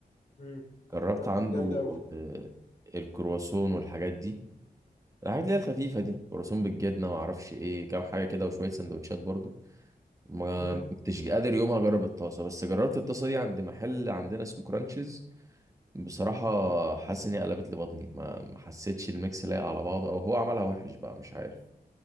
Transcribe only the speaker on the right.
جربت
عنده
آه، الكرواسون والحاجات دي الحاجات اللي هي الخفيفة دي كرواسون بالجبنة ما أعرفش إيه كام حاجة كده وشوية سندوتشات برضو ما
ما كنتش قادر يومها اجرب الطاسه بس جربت الطاسه دي عند محل عندنا اسمه كرانشز بصراحه حاسس ان هي قلبت لي بطني ما ما حسيتش الميكس لايق على بعضه او هو عملها وحش بقى مش عارف